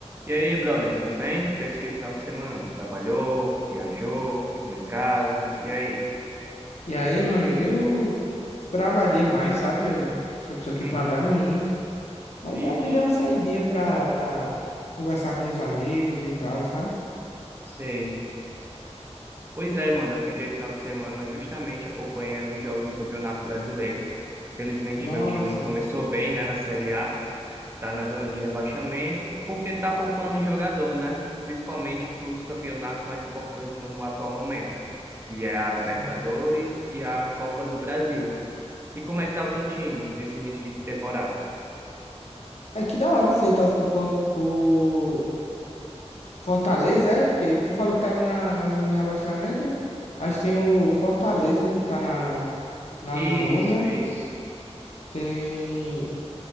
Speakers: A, on the right; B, on the left.
A: E aí, brother, tudo bem? Fez o que final de semana? Trabalhou, viajou, ficou em casa. E aí?
B: E aí, meu amigo, eu trabalhei mais, sabe? Eu sou uma pessoa que
A: Uhum.
B: trabalha muito, mas
A: Vixe,
B: ainda dei uma saidinha pra, pra conversar com os amigos e tal, sabe?
A: sei. Pois é, mano, eu fiquei final de semana justamente acompanhando os jogos do Campeonato Brasileiro. Felizmente,
B: Nossa.
A: meu time não começou bem, né, na Série A. Tá na zona de rebaixamento, porque tá poupando o jogador, né? Principalmente para os campeonatos mais importantes no atual momento, que é a Libertadores
B: Sim.
A: e a Copa do Brasil. E como é que tá o teu time nesse início de temporada?
B: É que da hora você torce por, For- por Fortaleza, é? Que tu falou que tava na, na zona de rebaixamento. Acho que tem o Fortaleza que tá na, na, na
A: Isso,
B: zona.
A: isso.
B: Tem.